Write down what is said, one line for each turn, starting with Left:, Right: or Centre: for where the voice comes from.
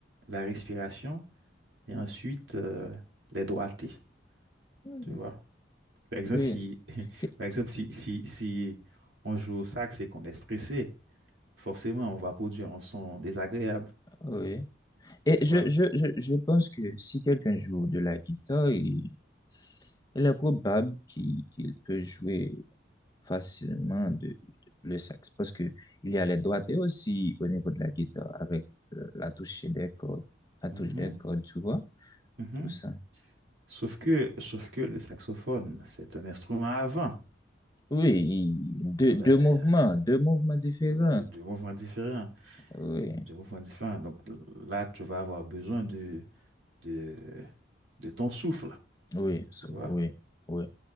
Right: la respiration et ensuite euh, les droités,
Left: oui,
Right: tu vois. Par exemple,
Left: oui.
Right: si, <laughs>
Left: que-
Right: par exemple, si, si, si on joue au sax et qu'on est stressé, forcément, on va produire un son désagréable,
Left: oui. Et
Right: tu vois.
Left: je, je, je, je pense que si quelqu'un joue de la guitare, il, il est probable qu'il qu'il peut jouer facilement de, de- le sax parce que il y a les doigtés aussi au niveau de la guitare avec euh, la touche des cordes, la
Right: Mhm,
Left: touche des cordes, tu vois,
Right: mhm.
Left: tout ça.
Right: Sauf que, sauf que le saxophone, c'est un instrument à vent.
Left: Oui, il- deux,
Right: Ah
Left: deux
Right: ben,
Left: mouvements, deux mouvements différents.
Right: du, du mouvement différent,
Left: Oui,
Right: du mouvement différent. Donc là, tu vas avoir besoin de, de, de ton souffle,
Left: oui, sauf-
Right: tu vois.
Left: oui, oui.